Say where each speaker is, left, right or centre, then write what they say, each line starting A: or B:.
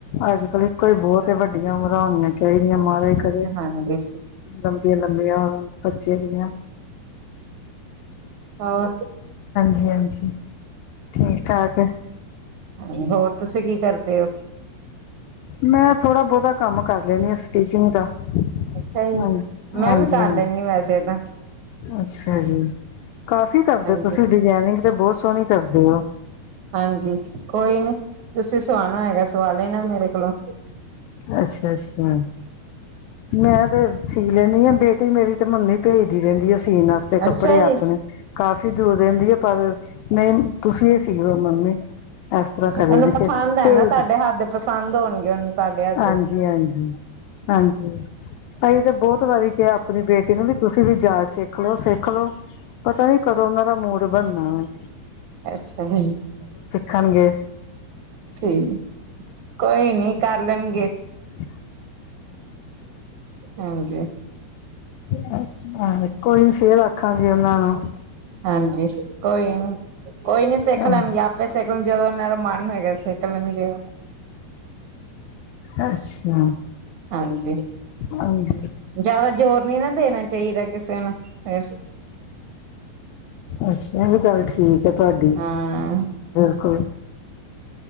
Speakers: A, on the left (about 80°); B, on the right (about 70°).
A: ਅੱਜ-ਕੱਲ ਕੋਈ ਬੋਤ ਈ ਵੱਡੀਆਂ ਉਮਰਾਂ ਹੋਣੀਆਂ ਚਾਹੀਦੀਆਂ ਕਦੇ
B: ਹਾਂਜੀ
A: ਲੰਬੀਆਂ, ਲੰਬੀਆਂ ਬੱਚੇ ਦੀਆਂ
B: ਹਾਂ
A: ਜੀ ਹਾਂਜੀ। ਠੀਕ ਠਾਕ
B: ਹਾਂਜੀ। ਹੋਰ ਤੁਸੀਂ ਕੀ ਕਰਦੇ ਓ?
A: ਮੈਂ ਥੋੜ੍ਹਾ ਬਹੁਤਾ ਕੰਮ ਕਰ ਲੈਂਦੀ ਆ ਸਟੀਚਿੰਗ ਦਾ।
B: ਅੱਛਾ ਜੀ,
A: ਹਾਂਜੀ ਹਾਂਜੀ
B: ਮੈਂ ਵੀ ਕਰ
A: ਹਾਂਜੀ
B: ਲੈਂਦੀ ਆ ਵੈਸੇ ਤਾ।
A: ਅੱਛਾ ਜੀ, ਕਾਫੀ ਕਰਦੇ
B: ਹਾਂਜੀ
A: ਤੁਸੀਂ ਡਿਜਾਇਨਿੰਗ ਤੇ ਬਹੁਤ ਸੋਹਣੀ ਕਰਦੇ <inaudible>
B: ਹਾਂਜੀ ਕੋਈ ਨੀ ਤੁਸੀਂ ਸਵਾਣਾ ਹੈਗਾ ਸਵਾ ਲੈਣਾ ਮੇਰੇ ਕੋਲੋਂ
A: ਅੱਛਾ, ਅੱਛਾ ਮੈਂ ਤੇ ਸੀ। ਲੈਂਦੀ ਹ ਬੇਟੀ ਮੇਰੀ ਤੇ ਮੰਨੀ ਭੇਜਦੀ ਰਹਿੰਦੀ ਆ। ਚੀਨ ਵਾਸਤੇ
B: ਅੱਛਾ
A: ਕੱਪੜੇ
B: ਜੀ
A: ਆਪਣੇ ਕਾਫੀ ਦੂਰ ਰਹਿੰਦੀ ਆ, ਪਰ ਨਹੀਂ ਤੁਸੀਂ ਇਹ ਸੀ ਮੰਮੀ ਏਸ ਤਰ੍ਹਾਂ ਕਦੇ
B: ਉਹਨੂੰ
A: ਵੀਛੇ
B: ਪਸੰਦ ਹੈ
A: ਢੈਲ
B: ਨਾ ਤੁਹਾਡੇ
A: ਤੇੇ
B: ਹੱਥ ਦੇ ਪਸੰਦ ਹੋਣਗੇ ਉਹਨੂੰ ਤੁਹਾਡੇ ਹੱਥ
A: ਹਾਂਜੀ
B: ਦੇ
A: ਹਾਂਜੀ ਹਾਂਜੀ ਭਾਈ ਤਾਂ ਬਹੁਤ ਵਾਰੀ ਕਿਹਾ ਆਪਣੀ ਬੇਟੀ ਨੂੰ ਵੀ ਤੁਸੀਂ ਵੀ ਜਾਚ ਸਿੱਖ ਲਓ ਸਿੱਖ ਲਓ ਪਤਾ ਏ ਕਦੋਂ ਮੇਰਾ ਮੂਡ ਬਣਨਾ ਵਾ।
B: ਅੱਛਾ ਜੀ।
A: ਖਾਣਗੇ
B: ਠੀਕ, ਕੋਈ ਨੀ ਕਰ ਲੈਨਗੇ।
A: <unintelligible>
B: ਹਾਂਜੀ,
A: ਅੱ ਕੋਈ ਨੀ ਫੇਰ ਆਖਾਂਗੀ ਉਹਨਾਂ ਨੂੰ।
B: ਹਾਂਜੀ ਕੋਈ ਨੀ ਕੋਈ ਨੀ ਸਿੱਖ
A: ਹਾਂ
B: ਲੈਣਗੇ ਆਪੇ ਸਿੱਖ ਜਿਆਦਾ ਓਨਾਂ ਦਾ ਮਨ ਹੋਗਾ ਸਿਖ ਲੇਣਗੇ।
A: ਅੱਛਾ
B: ਹਾਂਜੀ
A: ਹਾਂਜੀ
B: ਜਿਆਦਾ ਜ਼ੋਰ ਨਈ ਨਾ ਦੇਣਾ। ਚਹੀਰ ਕਿਸੇ ਨੂੰ ਫਰ
A: ਅੱਛਾ, ਏ ਵੀ ਗੱਲ ਠੀਕ ਆ ਤੁਆਡੀ।
B: ਹਾਂ
A: ਬਿਲਕੁਲ।